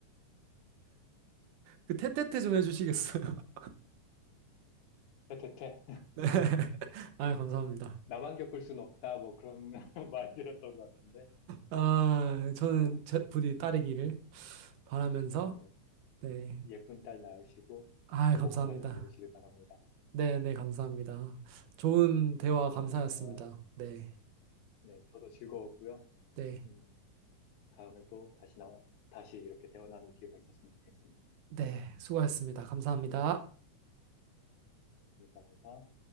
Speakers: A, on the right; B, on the left.
A: 그, 테테테 좀 해주시겠어요? <laughs>
B: 퇴퇴퇴
A: 네. 아, 감사합니다.
B: <laughs> 나만 겪을 순 없다 뭐 그런 <laughs> 말 드렸던 것 같은데
A: 아, 저는
B: 꼭
A: 제, 부디 따르기를 바라면서
B: 네,
A: 네.
B: 예쁜 딸 낳으시고
A: 아,
B: 행복한
A: 감사합니다.
B: 가정 이루시길 바랍니다.
A: 네, 네, 감사합니다. 좋은 대화 감사였습니다.
B: 오늘 대화,
A: 네,
B: 네, 저도 즐거웠고요.
A: 네,
B: 음, 다음에 또 다시 나, 다시 이렇게 대화 나눌 기회가 있었으면 좋겠습니다.
A: 네. 수고하셨습니다. 감사합니다.
B: 감사합니다.